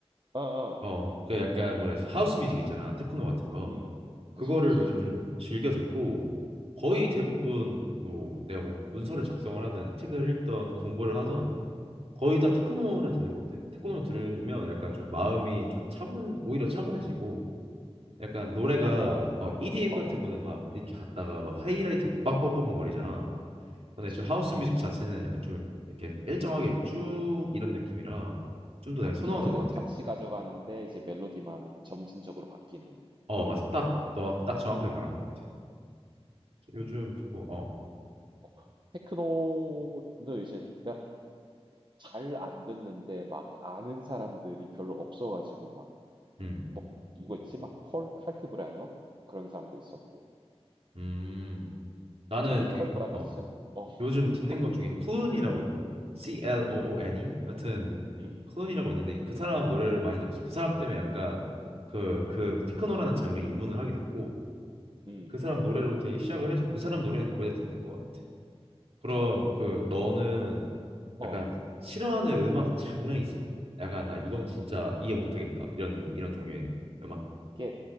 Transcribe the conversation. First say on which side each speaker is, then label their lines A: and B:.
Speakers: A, on the right; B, on the right.
A: 어, 어,
B: 어, 그 약간 뭐라 하지? 하우스 뮤직
A: 음,
B: 있잖아. 테크노 같은 거.
A: 음,
B: 그거를
A: 그치, 그치.
B: 요즘 좀 즐겨 듣고
A: 어,
B: 거의
A: 어,
B: 대부분 뭐 내가 뭐
A: 음,
B: 문서를 작성을 하든 책을 읽던 공부를 하던
A: 음,
B: 거의
A: 음,
B: 다 테크노를 듣는 것 같아. 테크노를 들으면 약간 좀 마음이
A: 음.
B: 좀 차분 오히려 차분해지고 약간 노래가
A: 호호,
B: 어,
A: 어,
B: EDM
A: 어,
B: 같은
A: 어,
B: 거는 막 이렇게 갔다가 막 하이라이트 빵빵빵빵 거리잖아. 근데
A: 그치.
B: 좀 하우스 뮤직 자체는 약간 좀 이렇게 일정하게 쭉
A: 그, 음.
B: 이런 느낌이라 좀 더
A: 가-
B: 내가 선호하는
A: 비트는
B: 것 같아.
A: 같이 가져가는데 이제 멜로디만 점진적으로 바뀌는
B: 어
A: 그런
B: 맞아 딱
A: 건.
B: 너
A: 그
B: 딱 정확하게 말한 것 같아. 요즘 듣고 어
A: 어, 테크노는 이제 내가 잘 안 듣는데 막 아는 사람들이 별로 없어가지고 막
B: 음.
A: 뭐 누구였지? 막 폴 칼크 브래너 그런 사람도 있었고
B: 음.
A: 뭐
B: 나는
A: 케미컬
B: 그
A: 브라더스?
B: 어,
A: 어,
B: 요즘 듣는
A: 어,
B: 것 중에 클룬이라고 있거든. C L O
A: 음,
B: O N 이 하여튼
A: 음,
B: 클룬이라고
A: 음,
B: 있는데 그 사람 노래를 많이 들었어. 그 사람 때문에 약간 그
A: 음,
B: 그 테크노라는 장르에 입문을 하게 됐고
A: 음,
B: 그 사람 노래로 되게 시작을 해서 그 사람 노래는 거의 다 듣는 것 같아. 그럼
A: 어,
B: 그 너는
A: 어, 어, 어,
B: 약간 싫어하는 음악 장르 있어? 약간 나 이건 진짜 이해 못하겠다
A: 음.
B: 이런 이런 종류의 음악.
A: 이게